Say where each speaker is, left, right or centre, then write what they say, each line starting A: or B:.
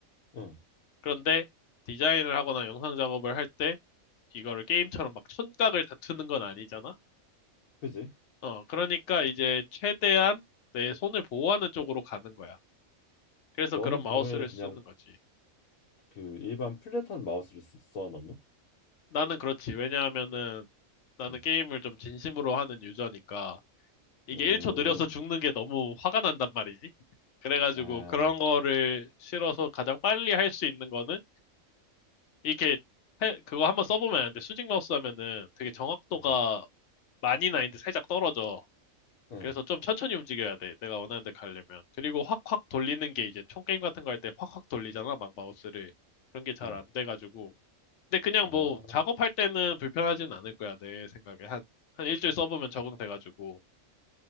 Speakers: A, on the left; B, on the left.
A: 응.
B: 그런데 디자인을 하거나 영상 작업을 할 때 이거를 게임처럼 막 촌각을 다투는 건 아니잖아?
A: 그지?
B: 어, 그러니까 이제 최대한 내 손을 보호하는 쪽으로 가는 거야. 그래서
A: 너는
B: 그런 마우스를
A: 그러면은 그냥
B: 쓰는 거지.
A: 그 일반 플랫한 마우스를 쓰- 써 너는?
B: 나는 그렇지. 왜냐하면은 나는
A: 응.
B: 게임을 좀 진심으로 하는 유저니까 이게
A: 음.
B: 1초 느려서 죽는 게 너무 화가 난단 말이지. 그래가지고
A: 아.
B: 그런 거를 싫어서 가장 빨리 할 수 있는 거는 이렇게 해- 그거 한번 써보면 아는데 수직 마우스 하면은 되게 정확도가
A: 응.
B: 많이 나는데 살짝 떨어져.
A: 응.
B: 그래서 좀 천천히 움직여야 돼. 내가 원하는 데 가려면. 그리고 확확 돌리는 게 이제 총 게임 같은 거 할 때 확확 돌리잖아. 막 마우스를. 그런 게 잘
A: 응.
B: 안 돼가지고 근데 그냥
A: 아.
B: 뭐 작업할 때는 불편하진 않을 거야, 내 생각에. 한, 한 일주일 써보면 적응돼가지고.